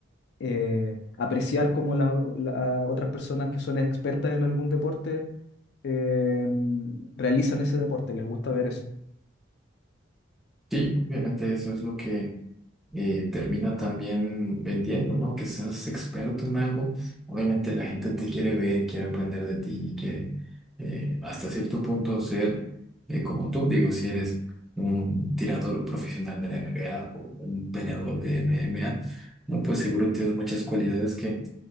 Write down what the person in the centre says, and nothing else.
Sí, obviamente eso es lo que eh, termina también vendiendo, ¿no? Que seas experto en algo. Obviamente la gente te quiere ver y quiere aprender de ti y quiere eh, hasta cierto punto ser eh, como tú. Digo, si eres un tirador profesional de la NBA o un peleador de MMA, no, pues seguro tienes muchas cualidades que,